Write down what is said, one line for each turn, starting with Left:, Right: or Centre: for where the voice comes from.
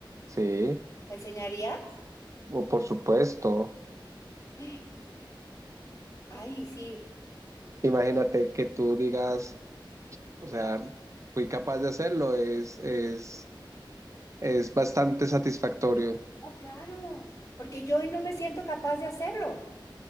Right: Sí,
Left: ¿Me enseñarías?
Right: o por supuesto.
Left: <gasps> Ay, sí.
Right: Imagínate que tú digas, o sea, fui capaz de hacerlo, es, es, es bastante satisfactorio.
Left: Oh, claro. Porque yo hoy no me siento capaz de hacerlo.